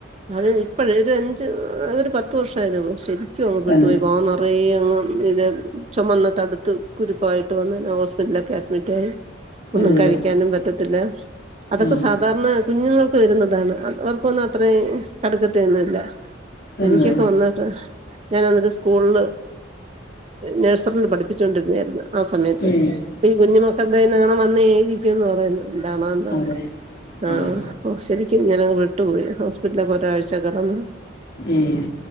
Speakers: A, on the right; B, on the left.
A: അത് ഇപ്പോഴ ഒരു അഞ്ച് ഒരു പത്ത് വർഷ ആയിരുന്നുള്ളൂ ശരി ഒും അങ്ങ് പട്ടു
B: തന്നെ
A: പോയി വാ നിറയ അങ്ങ് ഇര ചുമന്ന് തടുത്ത് കുരുപ്പായിട്ട് വന്ന ഹോസ്പിറ്റലൊക്കെ അഡ്മിറ്റ് ആയി ഒന്നും
B: അതെയോ
A: കഴി ഇരിക്കാനും പറ്റത്തില്ല അതൊക്കെ
B: ആഹ്
A: സാധാരണ കുഞ്ഞുങ്ങൾക്ക് വരുന്നതാണ് അത് ആ ഇന്ന അത്രേ കടുക്കത്തിന്നുല്ല
B: തന്നെ
A: എനിക്കൊക്കെ വന്നിട്ട് ഞാൻന്നിട്ട് സ്കൂളിൽ നഴ്സറിൽ പഠിപ്പിച്ചോ- ണ്ടിരുന്നരുന്നു ആ സമയത്തും
B: ഏഹ്
A: ഈ കുഞ്ഞുമക്കൾടെ വന്നേ- ന്ന് പറയുന്നത് താണോന്തോ
B: അതെ
A: ആ
B: ആഹ്
A: ശരിക്കും ഞാനങ്ങ് വിട്ടു പോയി വീട്ടിലെ - ഒരാഴ്ച്ചാ കിടന്ന്
B: ഏഹ്